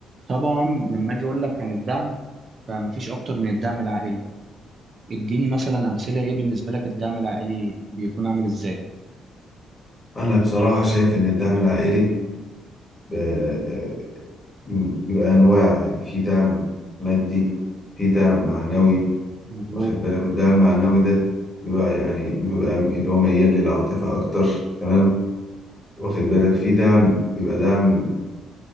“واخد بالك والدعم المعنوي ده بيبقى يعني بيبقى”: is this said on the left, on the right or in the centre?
Left